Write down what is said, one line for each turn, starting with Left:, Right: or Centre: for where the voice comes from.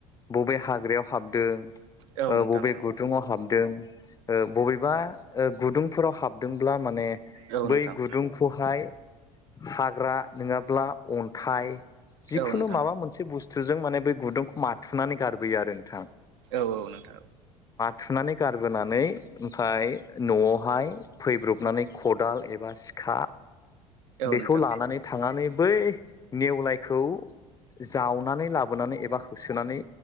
Left: बबे हाग्रायाव हाबदों
Right: औ
Left: ओ
Right: नोंथां
Left: बबे गुदुङाव हाबदों। ओ बबेबा ओ गुदुंफोराव हाबदोंब्ला माने
Right: औ नोंथां
Left: बै गुदुंखौहाय हाग्रा नोङाब्ला अन्थाइ जिखुनु
Right: औ नोंथां औ नोंथां औ नोंथां
Left: माबा मोनसे बुस्थुजों माने बै गुदुंखौ माथुनानै गारबोयो आरो नोंथां।
Right: औ औ नोंथां।
Left: थुनानै गारबोनानै ओमफाय न'आवहाय फैब्रबनानै खदाल एबा सि खा बेखौ
Right: नोंथां
Left: लानानै थांनानै बै नेवलायखौ जावनानै लाबोनानै एबा होसोनानै